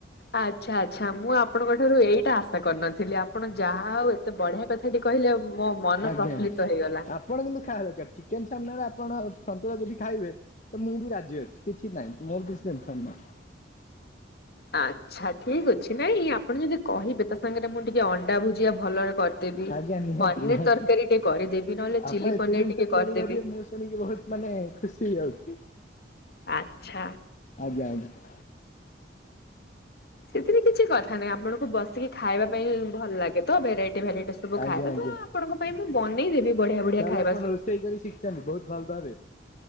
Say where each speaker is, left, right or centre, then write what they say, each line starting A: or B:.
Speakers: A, on the left; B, on the left.
A: ଆଚ୍ଛା ଆଚ୍ଛା ମୁଁ ଆପଣଙ୍କ ଠାରୁ ଏଇଟା ଆଶା କରିନଥିଲି, ଆପଣ ଯାହା ଆଉ ଏତେ ବଢିଆ- ଥାଟି କହିଲେ ମୋମନ
B: ଆଜ୍ଞା
A: ପ୍ରଫୁଲ୍ଲିତ ହେଇଗଲା।
B: ଆପଣ କିନ୍ତୁ ଖାଡ୍ ଦରକାର ଚିକେନ୍ ସାମ୍ନାରେ ଆପଣ ସନ୍ତୁଳା ଯଦି ଖାଇବେ। ତ ମୁଁ ବି ରାଜି ଅଛି, କିଛି ନାହିଁ ମୋର୍ ବି ଟେନ୍ ସନ୍ ନାହିଁ।
A: ଆଚ୍ଛା ଠିକ୍ ଅଛି ନାଇଁ ଆପଣ ଯଦି କହିବେ ତା ସାଙ୍ଗରେ ମୁଁ ଟିକେ ଅଣ୍ଡା ଭୁଜିଆ ଭଲ- କରିଦେବି
B: ଆଜ୍ଞା ନିହାତି
A: ପନିର୍
B: ନିହାତି
A: ତରକାରୀ ଟିକେ କରିଦେବି, ନ ହେଲେ
B: ଆପଣ
A: ଚିଲି
B: ଏତେ
A: ପନିର୍
B: ଜିନିଷ
A: ଟିକେ
B: ତିଆରି
A: କରିଦେବି।
B: କରିବେ ମୁଁ ଶୁଣିକି ବହୁତ ମାନେ ଖୁସି ହେଇଯାଉଚି।
A: ଆଚ୍ଛା।
B: ଆଜ୍ଞା ଆଜ୍ଞା।
A: ସେଥିରେ କିଛି କଥା ନାହିଁ, ଆପଣଙ୍କୁ ବସିକି ଖାଇବା ପାଇଁ ଭଲ ଲାଗେ ତ, ଭେରାଇଟ୍ ଭେରାଇଟ୍ ସ୍- ସବୁ
B: ଆଜ୍ଞା
A: ଖାଇବେ
B: ଆଜ୍ଞା
A: ତ, ଆପଣଙ୍କ ପାଇଁ ମୁଁ ବନେଇ ଦେବି ବଢିଆ ବଢିଆ
B: ତାହେଲେ
A: ଖାଇବା
B: ଆପଣ
A: ସବୁ-
B: ରୋଷେଇ କରି ଶିଖିଛନ୍ତି ବହୁତ ଭଲ ଭାବେ